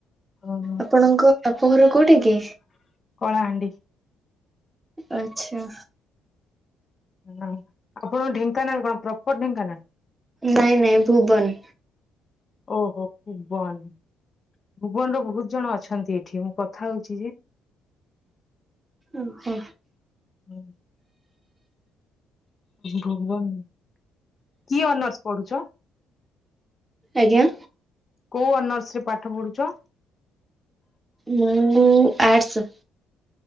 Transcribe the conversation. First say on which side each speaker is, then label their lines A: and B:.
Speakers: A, on the left; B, on the right.
A: ହଁ ହଁ।
B: ଆପଣଙ୍କ ବାପଘର କୋଉଠି କି?
A: କଳାହାଣ୍ଡି।
B: ଆଚ୍ଛା।
A: ହଁ ଆପଣଙ୍କ ଢେଙ୍କାନାଳ କଣ ପ୍ରପର ଢେଙ୍କାନାଳ?
B: ନାଇଁ ନାଇଁ ଭୁବନ।
A: ଓହୋ ଭୁବନ। ଭୁବନରୁ ବହୁତ ଜଣ ଅଛନ୍ତି ଏଠି ମୁଁ କଥା ହଉଛି ଯେ
B: ଓ ହୋ।
A: ହୁଁ। ଭୁବନ କି ଅନର୍ସ ପଢୁଛ?
B: ଆଜ୍ଞା।
A: କୋଉ ଅନର୍ସ ରେ ପାଠ ପଢୁଛ?
B: ମୁଁ ଆର୍ଟସ।